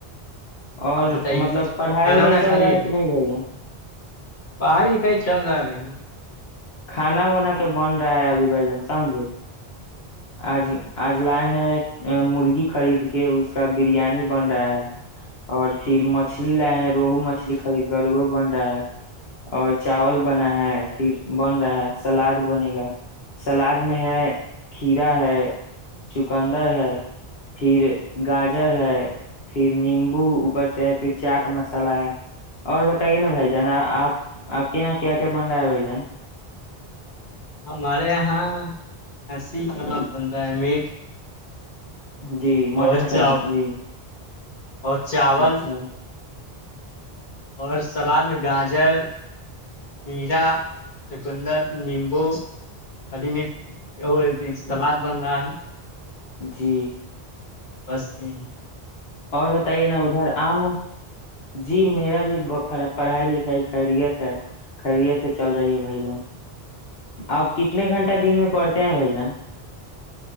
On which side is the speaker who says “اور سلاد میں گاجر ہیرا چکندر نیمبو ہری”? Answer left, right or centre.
Left